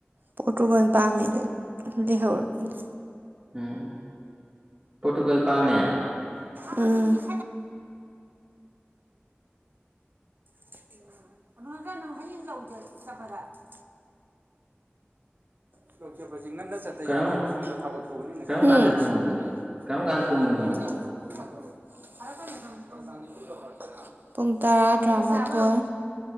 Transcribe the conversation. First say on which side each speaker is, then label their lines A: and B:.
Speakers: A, on the right; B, on the right.
A: ꯄꯣꯔꯇꯨꯒꯜ ꯄꯥꯝꯃꯦꯗꯣ ꯂꯩꯍꯧꯔꯅꯤ
B: ꯎꯝ ꯄꯣꯔꯇꯨꯒꯜ ꯄꯥꯝꯃꯦ
A: ꯎꯝ <unintelligible> <unintelligible> <unintelligible> ꯆꯠꯇ
B: ꯀꯔꯝ
A: ꯌꯥꯗꯦꯕ ꯁꯣꯝꯗ ꯊꯕꯛ ꯁꯨꯕꯅꯤꯅ
B: ꯀꯔꯝ
A: <unintelligible>
B: ꯀꯥꯟꯗ ꯇꯨꯝꯕꯅꯣ ꯀꯔꯝ ꯀꯥꯟꯗ ꯇꯨꯝꯕꯅꯣ
A: <inaudible> <unintelligible> ꯄꯨꯡ ꯇꯔꯥ ꯇ꯭ꯔꯥꯃꯥꯊꯣꯏ